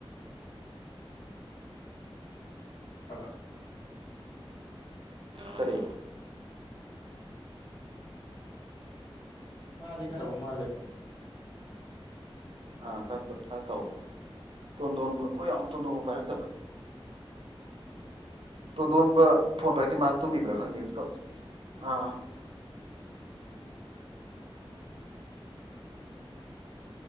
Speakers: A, on the left; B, on the right.
A: ꯑ
B: ꯁꯔꯦ
A: ꯃꯥꯗꯤ ꯈꯔ ꯎ ꯃꯥꯜꯂꯦ
B: ꯑ ꯈꯔ ꯈꯔ ꯇꯧꯕ ꯇꯣꯟꯗꯣꯟꯕ <inaudible> ꯇꯣꯟꯗꯣꯟꯕ ꯄꯥꯏꯔꯛ ꯇꯣꯟꯗꯣꯟꯕ ꯐꯣꯟ ꯄꯥꯏꯔꯛꯇꯦ ꯃꯥ ꯇꯨꯝꯃꯤꯕ꯭ꯔꯥ ꯈꯪꯗꯦ ꯑꯥ